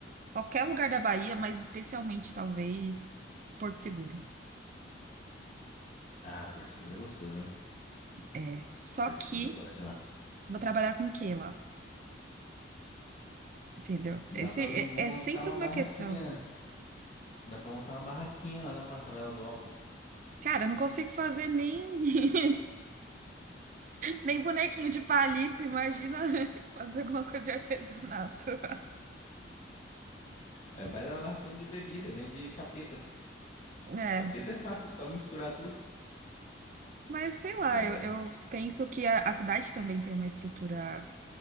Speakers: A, on the right; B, on the left.
A: Qualquer lugar da Bahia, mas especialmente, talvez, Porto Seguro.
B: Ah, Porto Seguro é gostoso, hein?
A: É. Só
B: Porto
A: que
B: Seguro eu gosto de lá.
A: vou trabalhar com o quê lá? Entendeu?
B: Dá
A: Esse
B: pra montar
A: é, é sempre
B: uma
A: uma
B: barraquinha.
A: questão.
B: Dá pra montar uma barraquinha lá na passarela do álcool.
A: Cara, eu não consigo fazer nem, <laughs> nem bonequinho de palito, imagina <laughs> fazer alguma coisa de artesanato. <laughs>
B: É, faz uma barraquinha de bebida, vende capeta.
A: É,
B: Capeta é fácil, só misturar tudo.
A: mas sei lá,
B: É,
A: eu, eu penso que a, a cidade também tem uma estrutura